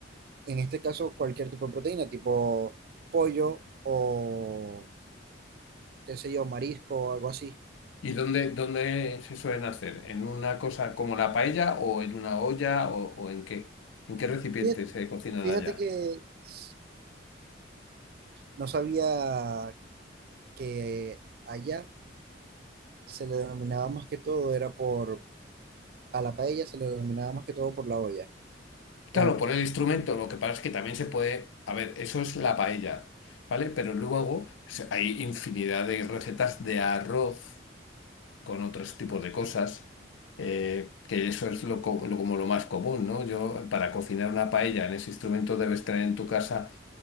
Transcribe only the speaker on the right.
en este caso cualquier tipo de proteína, tipo pollo o qué sé yo, marisco o algo así.
Fíjate,
fíjate
que es, no sabía que allá se le denominaba más que todo, era por, a la paella se le denominaba más que todo por la olla.
Eh,